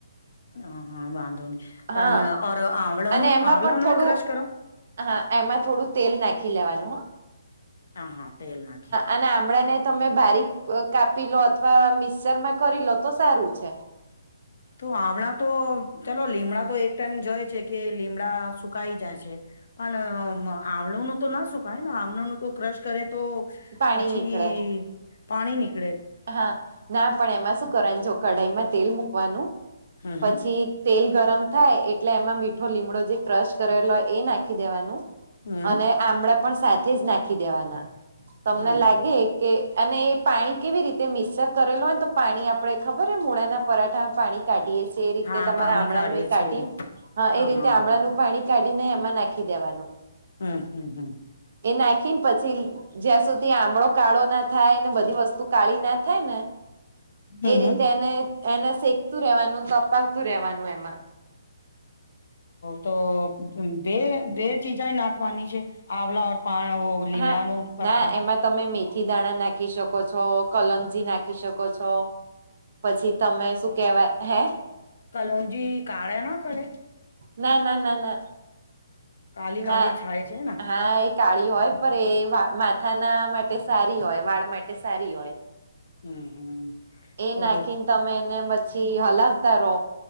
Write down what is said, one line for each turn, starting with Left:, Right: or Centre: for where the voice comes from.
Left: હા હા વાંધંધો ન પણ
Right: હા
Left: ઓર આંવલાનું
Right: અને એમાં
Left: આંવલાઓનો
Right: પણ થોડું
Left: ક્રશ કરો
Right: હા એમાં થોડું તેલ નાખી લેવાનું હ
Left: હા હા તેલના
Right: અને આમળ ને તમે બારીક કાપી લો અથવા મિક્સચર માં કરી લો તો સારું છે
Left: તો આવમણાં તો ચાલો લીમડા તો એક ટાઈમ જોઈ છે કે લીમડા સુકાઈ જાય છે પણ આમળું નું તો ના સુકાયને આંળો ન તો ક્રશ કરે તો
Right: પાણી
Left: પછી
Right: નીકળે
Left: પાણી નીકળ
Right: હા ના પણ એમાં શું કરવા જો કઢાઈમાં તેલ મુૂકવાનું
Left: હમ
Right: પછી
Left: હમ
Right: તેલ ગરમ થાય એટલે એમાં મીઠો લીમડો જે ક્રશ કરેલો હોય એ નાખી દેવાનું
Left: હમ
Right: અને આમળા પણ સાથે જ નાખી દેવાના તમને
Left: હમ
Right: લાગે
Left: હમ
Right: કે અને એ પાણી કેવી રીતે તે મિક્સર કરેલો હોય તો પાણી આપડે ખબર મૂળાના પરાઠામાં પાણી કાઢીએે એ રીતે
Left: હા
Right: તમારે
Left: પાણી
Right: આમળાનું
Left: કાઢીએ
Right: એ કાઢીને
Left: છે હા
Right: એ રીતે આમળાનું પાણી કાઢી ને એમાં નાખી દેવાનું
Left: હમ્મ
Right: એ નાખીને પછી જ્યાં સુધી આમળો કાળો ના થાય ને બધી વસ્તુ કાળી ના થાય ને
Left: હમ
Right: એ રીતે
Left: હમ
Right: એને એને શેકતું રેવાનું ચપાવતું રેવાનું એમાં
Left: તો તો બે બે ચીજા નાખવાની છે આંવલા પાહો લીમડા
Right: હા
Left: ન પત્તા
Right: ના એમાં તમે મેથી દાણા નાખી શકો છો કલંજી નાખી શકો છો. પછી તમે શું કેવાય હે
Left: કલોજી કારળ એ ના પડે
Right: ના ના ના ના
Left: કાલી
Right: ના
Left: કાલી છાય છે ને
Right: હા એક કાળી હોય પણ એ માથાના માટે સારી હોય વાળ માટે સારી હોય
Left: હમ્મ હમ્મ
Right: એ
Left: તો
Right: નાખીને તમે એને પછી હલાવતા રહો